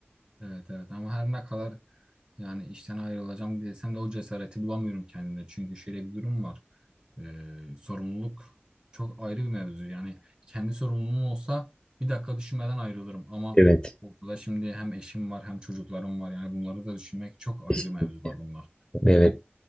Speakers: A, on the right; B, on the left.
A: Evet evet ama her ne kadar yani işten ayrılacağım desem de o cesareti bulamıyorum kendimde. Çünkü şöyle bir durum var. Ee, sorumluluk çok ayrı bir mevzu. Yani kendi sorumluluğum olsa bir dakika düşünmeden ayrılırım ama
B: Evet.
A: ortada şimdi hem eşim var hem çocuklarım var. Yani bunları da düşünmek çok
B: kesinlikle.
A: ayrı mevzular bunlar.
B: Evet,
A: Hani